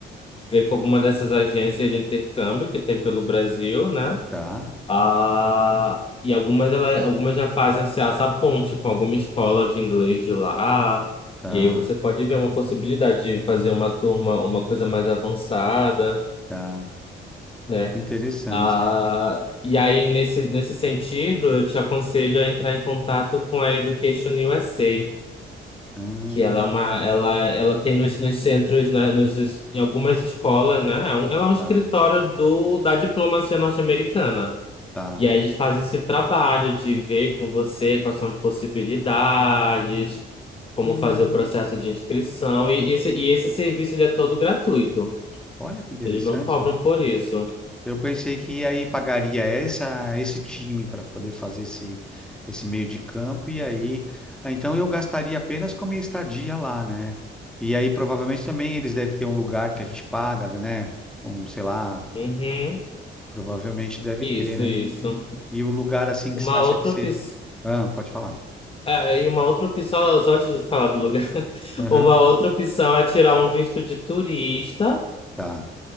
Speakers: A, on the left; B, in the centre.
A: ver com alguma dessas agências de intercâmbio que tem pelo Brasil, né?
B: tá,
A: Ah, e algumas, ela, algumas já fazem essa, essa ponte com alguma escola de inglês de lá.
B: tá,
A: E aí você pode ver uma possibilidade de fazer uma turma, uma coisa mais avançada,
B: tá.
A: né?
B: Interessante.
A: Ah, e aí, nesse, nesse sentido, eu te aconselho a entrar em contato com a Education USA,
B: Hum,
A: que ela é uma, ela, ela tem nos, nos centros, né, nos, em algumas escolas, né? É um- Ela é um escritório
B: tá,
A: do, da diplomacia norte-americana.
B: tá.
A: E aí eles fazem esse trabalho de ver com você quais são as possibilidades, como
B: Hum,
A: fazer o processo de inscrição. E esse, e esse serviço ele é todo gratuito.
B: olha que interessante.
A: Eles não cobram por isso.
B: Eu pensei que aí pagaria essa, esse time para poder fazer esse, esse meio de campo, e aí, ah, então eu gastaria apenas com a minha estadia lá, né? E aí provavelmente também eles devem ter um lugar que a gente paga, né? Um, sei lá,
A: Uhum.
B: provavelmente deve
A: Isso,
B: ter, né?
A: isso.
B: E o lugar assim que
A: Uma
B: você acha
A: outra
B: que seria.
A: opção.
B: Ah, pode falar.
A: é, e uma outra opção, só antes de falar do lugar, <laughs>
B: Aham,
A: uma outra opção é tirar um visto de turista.
B: tá.